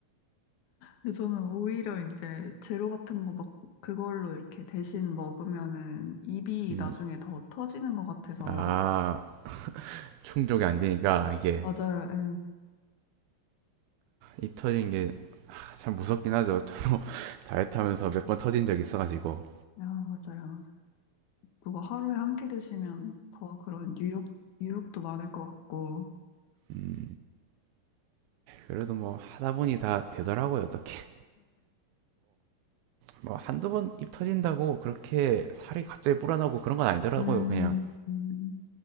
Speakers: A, on the left; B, on the right.
A: 근데 저는 오히려 이제 제로 같은 거 막 그걸로 이렇게 대신 먹으면은 입이
B: 음.
A: 나중에 더 터지는 것 같아서
B: 아 충족이 안 되니까 이게
A: 맞아요. 예.
B: 입 터진 게 아, 참 무섭긴 하죠. 저도 <laughs> 다이어트 하면서 몇 번 터진 적 있어가지고.
A: 야, 맞아요. 맞아요. 누가 하루에 한 끼 드시면 더 그런 유혹, 유혹도 많을 것 같고.
B: 음, 그래도 뭐 하다 보니 다 되더라고요, 어떻게. 뭐 한두 번 입 터진다고 그렇게 살이 갑자기 불어나고 그런 건 아니더라고요.
A: 음,
B: 그냥
A: 음,